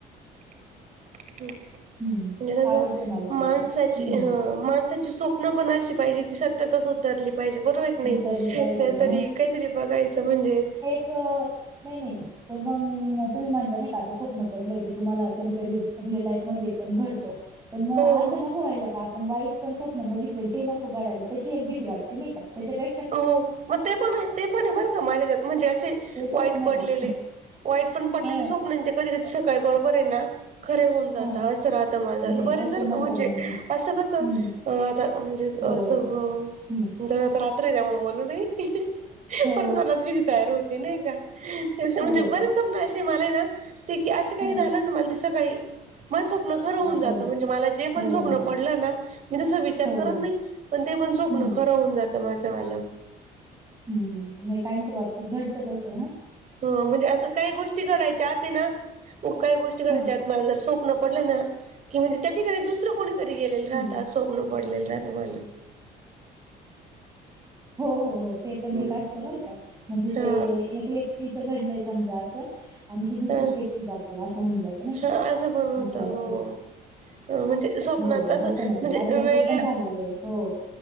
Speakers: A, on the right (about 45°); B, on the right (about 20°).
A: <inaudible>
B: हम्म
A: गरज
B: आवडतं
A: आहे.
B: मला ते
A: माणसाची
B: पण हम्म
A: हं माणसाची स्वप्न पण अशी पाहिजे, ते सत्यातच उतरली पाहिजे बरोबर नाही,
B: उतरली पाहिजे
A: नायतर हे काहीतरी बघायचं म्हणजे
B: अं नाही, नाही पण मग तुम्ही म्हणता नाही का, आता स्वप्न पडलं ते तुम्हाला, कधी कधी रिअल लाईफ मध्ये पण घडतं. पण मग
A: हो
B: असं
A: हो
B: नको व्हायला का, आपण वाईट पण स्वप्न बघितले, ते नको घडायला. त्याची एक भीती वाटते नाही का. त्याच्यापे
A: हो. मग ते पण आहे, ते पण आहे बरं का, माझ्या याच्यात म्हणजे असे
B: ते
A: वाईट
B: तसं नको
A: पडलेले. वाईट पण पडलेली
B: ह
A: स्वप्न, अन ते कधी, कधी सकाळी बरोबर आहे ना. खरे होऊन जातात.
B: ह
A: असं राहतं मनाला.
B: नाही
A: बरेच
B: तसं
A: बरं का
B: नको
A: म्हणजे
B: मग
A: असं कसं
B: हम्म
A: अं आता म्हणजेच
B: हो
A: असं अं
B: हम्म
A: जाऊ द्या, आता रात्र आहे. त्यामूळं बोलू नाही.
B: हो
A: परच मनात भिती तयार होते नाही का. त्याच्या
B: हो
A: म्हणजे बरेच स्वप्न असे मलाये ना ते की असं काही
B: ह
A: झालं ना, मला ते सकाळी माझ स्वप्न खरं होऊन
B: आठवले
A: जातंं. म्हणजे
B: का
A: मला जे पण
B: खरं
A: स्वप्न
B: होऊन जात
A: पडलं ना, मी तस विचार
B: हो
A: करत
B: हो
A: नाही. पण ते पण स्वप्न
B: हम्म
A: खरं होऊन जातं माझं वालं.
B: हम्म. नाही काहीच्या बाबतीत घडतं तसं ह.
A: हं म्हणजे असं, काही गोष्टी घडायच्या आत ना, खुप काही गोष्टी घडायच्या
B: हं
A: आत मला जर सोप स्वप्न पडलं ना, की म्हणजे त्या ठिकाणी दुसरं कोणीतरी गेलेलं राहतं,
B: हं
A: अस स्वप्न पडलेलं राहत मला.
B: हो हो हो ते पण
A: हम्म
B: एक असतं बर का. म्हणजे
A: हा
B: ते एक व्यक्तीच घडलंय समजा असं आणि ती दुसरीच
A: ह
B: व्यक्ती जाते असं होऊन जात नाही
A: हा
B: का
A: असं पण होत
B: असं असंत
A: हो
B: ते.
A: म्हणजे स्वप्नात
B: हो
A: असं
B: होतं ना ते
A: म्हणजे
B: माझ्याबरोबर
A: वेगळ्या
B: पण झालेलं आहे हो